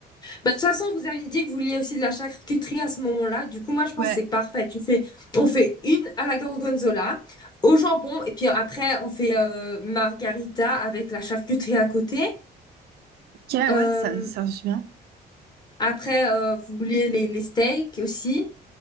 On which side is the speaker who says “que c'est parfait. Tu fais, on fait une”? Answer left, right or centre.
Left